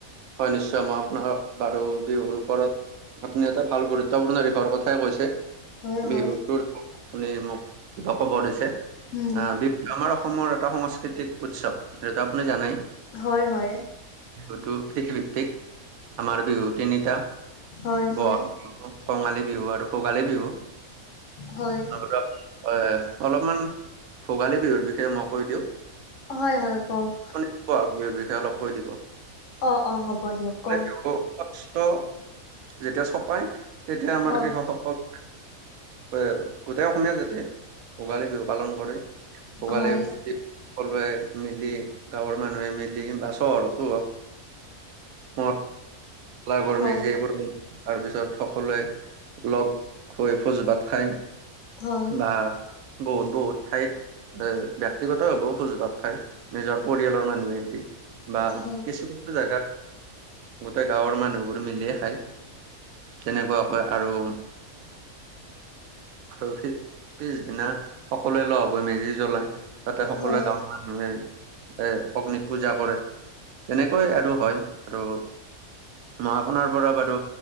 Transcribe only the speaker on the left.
হয়,
হয়,
উম,
হয়, হয়।
হয়,
হয়,
হয়।
হয় হয় কওক
অ', অ', হ'ব দিয়ক কও
হয়,
হয়,
হয়,
হয়,
হয়,
হয়।